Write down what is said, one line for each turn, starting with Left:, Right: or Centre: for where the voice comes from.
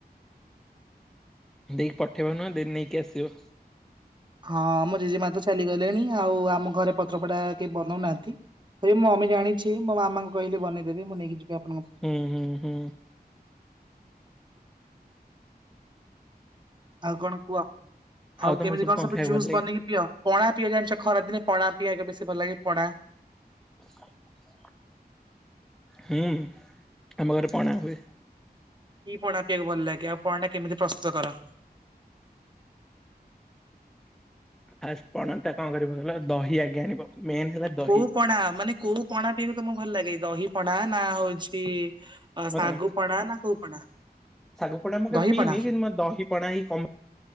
Centre: ଦେଇକି ପଠେଇବ ନୁହଁ ନେଇକି ଆସିବ।
Right: ହଁ ମୋ ଜେଜେମା ତ ଚାଲିଗଲେଣି ଆଉ ଆମ ଘରେ ପତ୍ରପୋଡ଼ା କେହି ବନଉନାହାନ୍ତି। ଆରେ ମୁଁ ଆମେ ଜାଣିଛି ମୋ ମାମା କହିଲେ ବନେଇଦେବେ ମୁଁ ନେଇକି ଯିବି ଆପ
Centre: ହୁଁ ହୁଁ ହୁଁ।
Right: ଆଉ କଣ କୁହ। ଆଉ
Centre: ତମକୁ
Right: କେମିତି କଣ ସବୁ
Centre: ଖାଇବାକୁ
Right: ଜୁସ୍
Centre: ଭଲ ଲାଗେ?
Right: ବନେଇ ପିଅ ପଣା ପିଅ ଜାଣିଛ ଖରା ଦିନେ ପଣା ପିଇବାକୁ ବେଶି ଭଲଲାଗେ ପଣା
Centre: <inaudible> ହୁଁ ଆମ ଘରେ ପଣା ହୁଏ।
Right: କି ପଣା ପିଇକୁ ଭଲ ଲାଗେ? ଆଉ ପଣାଟା କେମିତି ପ୍ରସ୍ତୁତ କର?
Centre: ଫାଷ୍ଟ ପଣା ଟା କଣ କରିବ କହିଲ ଦହି ଆଗେ ଆଣିବ ମେନ୍ ହେଲା ଦହି
Right: କୋଉ ପଣା ମାନେ କୋଉ ପଣା ପିଇବାକୁ ତମକୁ ଭଲ ଲାଗେ? ଦହି ପଣା ନା ହଉଛି ଅ
Centre: <unintelligible>
Right: ଶାଗୁ
Centre: କିନ୍ତୁ
Right: ପଣା ନା କୋଉ ପଣା?
Centre: ମତେ
Right: ଦହିପଣା
Centre: ଦହି ପଣା ହିଁ କମ୍